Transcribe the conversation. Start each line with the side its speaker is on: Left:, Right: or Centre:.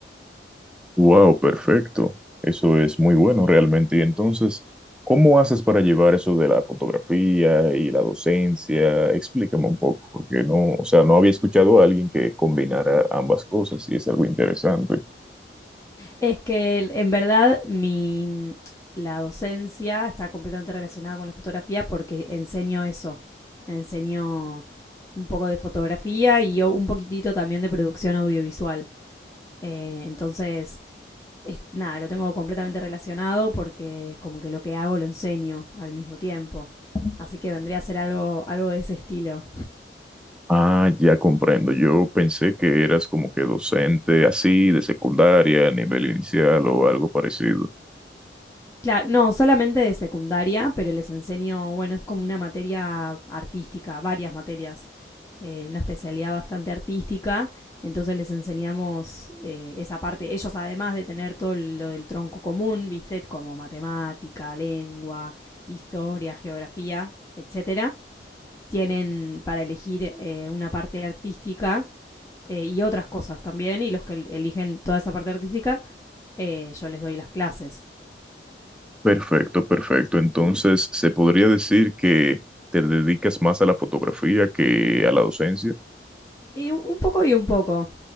Centre: Wow, perfecto. Eso es muy bueno realmente. Y entonces, ¿cómo haces para llevar eso de la fotografía y la docencia? Explícame un poco, porque no, o sea, no había escuchado a alguien que combinara ambas cosas y es algo interesante.
Left: Es que en verdad mi, la docencia está completamente relacionada con la fotografía porque enseño eso, enseño un poco de fotografía y yo un poquitito también de producción audiovisual. Eh, entonces, es- nada, lo tengo completamente relacionado porque es como que lo que hago lo enseño al mismo tiempo. Así que vendría a ser algo, algo de ese estilo.
Centre: Ah, ya comprendo. Yo pensé que eras como que docente así de secundaria, nivel inicial o algo parecido.
Left: Claro, no, solamente de secundaria, pero les enseño, bueno, es como una materia artística, varias materias, eh, una especialidad bastante artística. Entonces les enseñamos eh, esa parte. Ellos, además de tener todo lo del tronco común, ¿viste? Como matemática, lengua, historia, geografía, etcétera tienen para elegir eh, una parte artística eh, y otras cosas también, y los que eligen toda esa parte artística, eh, yo les doy las clases.
Centre: Perfecto, perfecto. Entonces, ¿se podría decir que te dedicas más a la fotografía que a la docencia?
Left: Y un- poco y un poco,